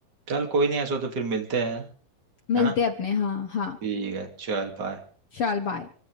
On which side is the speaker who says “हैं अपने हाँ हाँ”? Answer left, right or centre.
Left